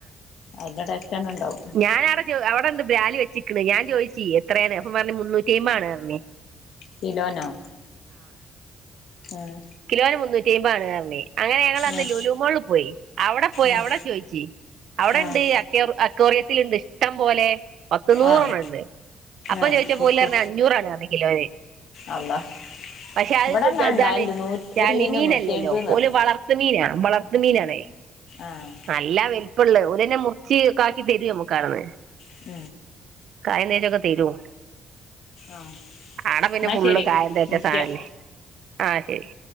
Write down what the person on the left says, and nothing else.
അതടക്കണ ഉണ്ടാവും
കിലോനോ ആം
ഉം
ഉം
ആഹ്
ആഹ്
ആഹ്
വിക്ക്
അള്ളാ
ഇവിടെന്നാ
ഇണ്ടായല് നൂറ്റി
ഒരു മീനിന് നൂറ്റി അയ്മ്പത് പറഞ്ഞു
ആഹ്
ഉം
ആഹ്
എന്നാ
ശരി
വിളിക്കാം